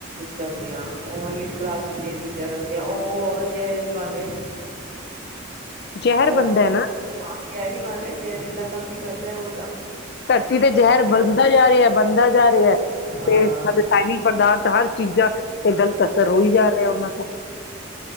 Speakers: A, on the right; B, on the left.
A: ਕਰਦੇ ਆ ਓਵਨ ਵਿੱਚ ਪਲਾਸਟਿਕ ਦੀਆਂ ਚੀਜ਼ਾਂ ਰੱਖਦੇ ਆ ਉਹ ਹੋਰ ਜਿਹਾ ਬਣ ਰਿਹਾ
B: ਜ਼ਹਿਰ
A: ਹੋਰ
B: ਬਣਦਾ
A: ਜ
B: ਹੈ ਨਾ
A: ਹਾਂ ਜਹਿਰੀ ਮਾਰੇ ਜਹਿਰੀਲਾ ਕੰਮ ਹੀ ਕਰਦਾ ਉਹ ਤਾਂ
B: ਧਰਤੀ ਤੇ ਜ਼ਹਿਰ
A: ਓਏ
B: ਬਣਦਾ ਜਾ ਰਿਹਾ। ਬਣਦਾ ਜਾ ਰਿਹਾ।
A: ਹਾਂ
B: ਤੇ ਸਾਡੇ ਚਾਈਨੀਜ਼ ਪਦਾਰਥ ਸਾਲ ਚੀਜ਼ਾਂ ਤੇ ਗ਼ਲਤ ਅਸਰ ਹੋਈ ਜਾ ਰਿਹਾ ਉਹਨਾਂ ਤੋਂ